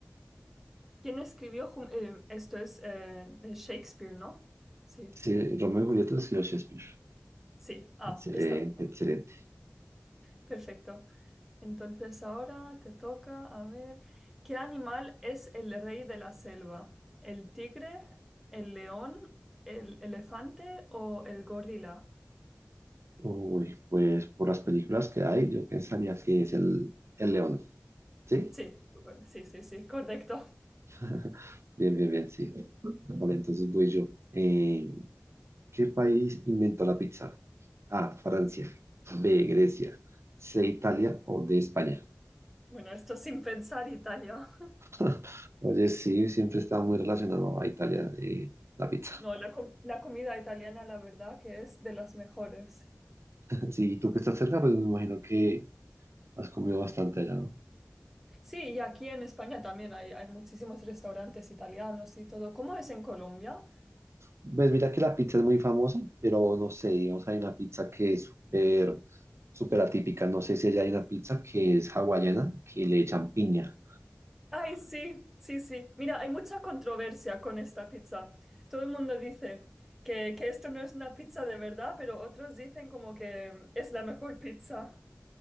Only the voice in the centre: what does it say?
¿Quién escribió Jum- eh, esto es eh, de Shakespeare, ¿no? Sí,
sí. Ah,
está bien.
Perfecto. Entonces ahora te toca, a ver, ¿qué animal es el rey de la selva? ¿El tigre, el león, el elefante o el gorila?
Sí, sí, sí, sí, correcto.
Bueno, esto sin pensar Italia.
No, la, com- la comida italiana, la verdad, que es de las mejores.
Sí, y aquí en España también hay, hay muchísimos restaurantes italianos y todo. ¿Cómo es en Colombia?
Ay, sí, sí, sí. Mira, hay mucha controversia con esta pizza. Todo el mundo dice que, que esto no es una pizza de verdad, pero otros dicen como que es la mejor pizza.